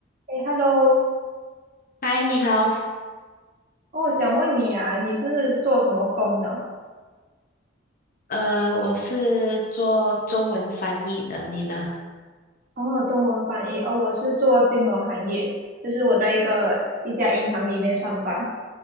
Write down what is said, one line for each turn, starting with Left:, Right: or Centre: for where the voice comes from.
Right: 哎，Hello，
Left: 嗨，你好，
Right: 哦，我想问你啊，你是做什么工的？
Left: 呃，我是做中文翻译的，你呢？
Right: 哦，中文翻译，哦，我是做金融行业，就是我在一个一家银行里面上班。